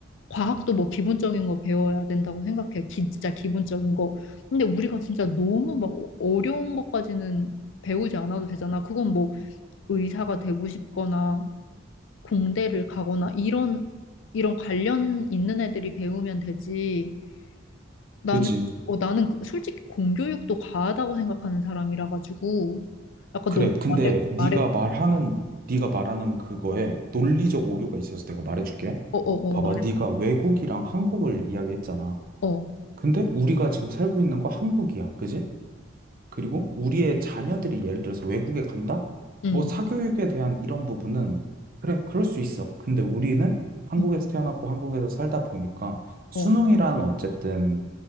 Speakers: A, on the left; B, on the right.
A: 과학도 뭐 기본적인 거 배워야 된다고 생각해. 진짜 기본적인 거. 근데 우리가 진짜 너무 막 어려운 것까지는 배우지 않아도 되잖아. 그건 뭐 의사가 되고 싶거나 공대를 가거나 이런 이런 관련 있는 애들이 배우면 되지. 나는
B: 그지?
A: 어 나는 그- 솔직히 공교육도 과하다고 생각하는 사람이라 가지고 아까
B: 그래.
A: 너무
B: 근데
A: 말에
B: 네가
A: 말에
B: 말하는 네가 말하는 그거에 논리적 오류가 있어서 내가 말해줄게.
A: 어어어
B: 봐봐,
A: 말해
B: 네가 외국이랑 한국을 이야기했잖아.
A: 어어어
B: 근데 우리가 지금 살고 있는 거 한국이야, 그지? 그리고 우리의 자녀들이 예를 들어서 외국에 간다?
A: 음.
B: 뭐 사교육에 대한 이런 부분은 그래, 그럴 수 있어. 근데 우리는 한국에서
A: 음,
B: 태어났고 한국에서 살다 보니까 수능이란
A: 어,
B: 어쨌든